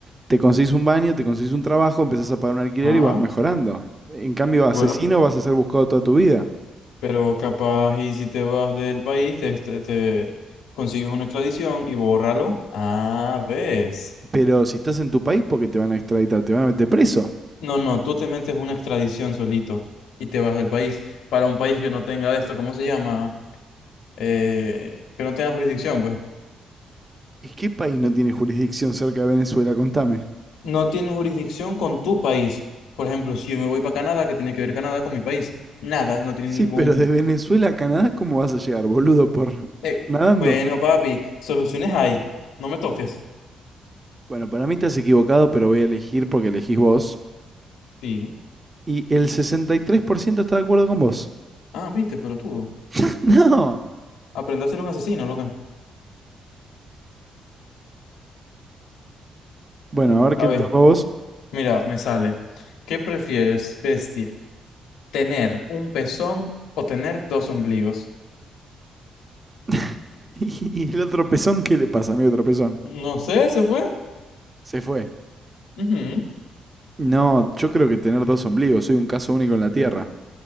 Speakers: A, on the right; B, on the left.
A: te conseguís un baño, te conseguís un trabajo, empezás a pagar un alquiler
B: Ah,
A: y vas mejorando. En cambio, asesino
B: bueno,
A: vas a ser buscado toda tu vida.
B: pero capaz y si te vas del país, te, te, te consigues una extradición y bórralo. Ah, ves.
A: Pero si estás en tu país, porque te van a extraditar, te van a meter preso.
B: No, no, tú te metes una extradición solito y te vas del país para un país que no tenga esto, ¿cómo se llama? Eh, que no tenga jurisdicción, pues.
A: ¿Y qué país no tiene jurisdicción cerca de Venezuela? Contame.
B: No tienes jurisdicción con tu país. Por ejemplo, si yo me voy para Canadá, ¿qué tiene que ver Canadá con mi país? Nada, no tiene
A: Sí,
B: ningún...
A: pero de Venezuela a Canadá, ¿cómo vas a llegar, boludo? ¿Por
B: eh,
A: nadando?
B: bueno, papi, soluciones hay, no me toques.
A: Bueno, para mí estás equivocado, pero voy a elegir porque elegís vos.
B: Sí.
A: Y el 63% está de acuerdo con vos.
B: Ah, viste, pero tú,
A: <laughs> No.
B: aprende a ser un asesino, loca.
A: Bueno, a ver
B: A
A: qué
B: ver,
A: te tocó a vos.
B: mira, me sale. ¿Qué prefieres, bestia? ¿Tener un pezón o tener dos ombligos?
A: <laughs> y el otro pezón, ¿qué le pasa a mi otro pezón?
B: No sé, se fue.
A: Se fue.
B: Ujú.
A: No, yo creo que tener dos ombligos, soy un caso único en la Tierra.